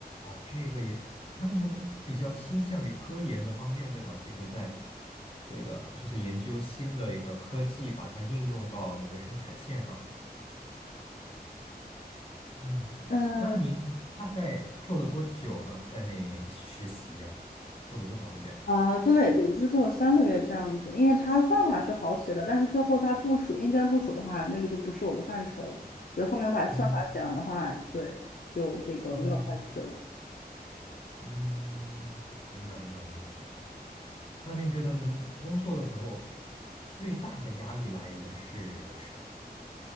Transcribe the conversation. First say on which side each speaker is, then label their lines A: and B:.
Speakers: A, on the left (about 35°); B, on the left (about 65°).
A: 这个也，那您比较倾向于科研的方面，对吧？其实，在这个就是研究新的一个科技，把它应用到那个生产线上。嗯，
B: 嗯
A: 那您大概做了多久呢？在那实习呀、做了多少个月？
B: 呃，做了也也就做了三个月这样子，因为它算法是好写的，但是最后它部署硬件部署的话，那个就不是我的范畴了。对，后面我把算法写完的话，
A: 嗯
B: 对，就这个没有再去了。
A: 嗯嗯，明白明白明白明白。那您觉得您工作的时候最大的压力来源是什么？